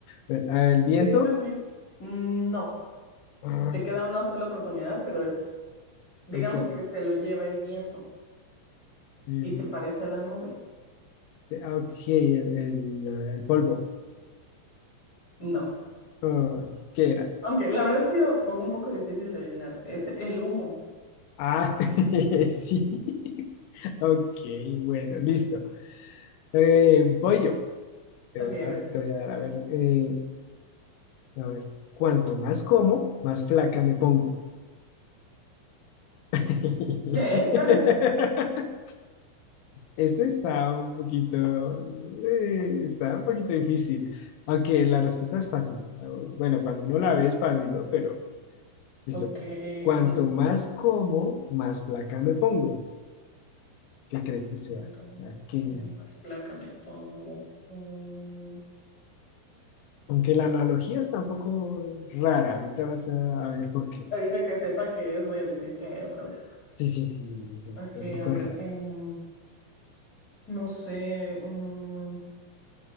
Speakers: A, on the left; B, on the left.
A: Bueno, ah, el viento.
B: De hecho, sí. Mm, No,
A: Ah,
B: te queda una sola oportunidad, pero es Digamos
A: ok.
B: que se lo lleva el viento
A: El,
B: y se parece a la nube.
A: se- ah, ok, sí, el, el, ah, el polvo.
B: No.
A: Ah, ¿qué era?
B: Aunque la verdad sí era po- un poco difícil de adivinar. Es el humo.
A: Ah, <laughs> sí. Ok, bueno, listo. Eh, voy yo. Te
B: Ok,
A: voy a,
B: a ver.
A: te voy a dar, a ver, eh, a ver, cuanto más como, más flaca me pongo. <laughs>
B: ¿Qué? <laughs>
A: Ese está un poquito, eh, está un poquito difícil, aunque la
B: Mm.
A: respuesta es fácil. Bueno, cuando uno la ve es fácil, ¿no? Pero, listo,
B: Ok,
A: cu- cuanto
B: cuanto
A: más
B: más,
A: como, más flaca me pongo. ¿Qué crees que sea?
B: cuanto más,
A: A ver, ¿qué
B: cuanto
A: es?
B: más placa me pongo. Mm,
A: Aunque la analogía está un poco rara, ahorita vas a, a ver por qué.
B: Ahorita que sepa qué es, voy a decir qué otra vez.
A: Sí, sí, sí, eso está
B: Ok,
A: un poco
B: a ver,
A: raro.
B: em, no sé, mm,